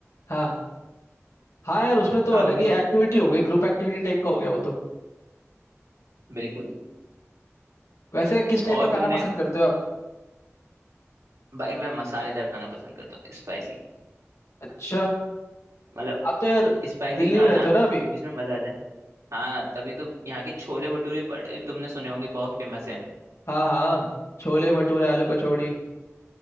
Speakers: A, on the left (about 70°); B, on the right (about 80°).
A: हाँ हाँ यार उसमें तो
B: हाँ
A: अलग
B: भाई
A: ही एक्टिविटी हो गई ग्रुप एक्टिविटी टाइप का हो गया वो तो
B: बिल्कुल
A: वैसे किस टाइप
B: और
A: का
B: तुमने
A: खाना पसंद करते हो आप
B: भाई मैं मसालेदार खाना पसंद करता हूँ स्पाइसी
A: अच्छा
B: मतलब
A: आप तो यार
B: स्पाइसी
A: दिल्ली
B: खाना
A: में रहते हो ना अभी
B: जिसमें मजा आ जाए हाँ तभी तो यहाँ के छोले भटूरे बड़े तुमने सुने होंगे बहुत फेमस है
A: हाँ हाँ छोले भटूरे आलू कचौड़ी